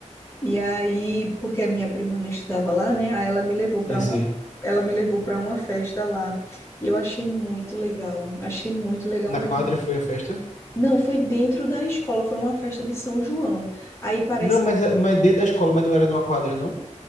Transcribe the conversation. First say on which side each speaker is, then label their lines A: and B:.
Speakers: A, on the left; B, on the left.
A: E aí, porque a minha prima não estudava lá, né? Aí ela me levou
B: Sim,
A: para uma,
B: sim.
A: ela me levou para uma festa lá. E eu achei muito legal, achei muito legal
B: Na
A: mesmo.
B: quadra foi a festa?
A: Não, foi dentro da escola, foi uma festa de São João. Aí parece
B: Não,
A: que
B: mas, mas dentro da escola, mas não era numa quadra, não?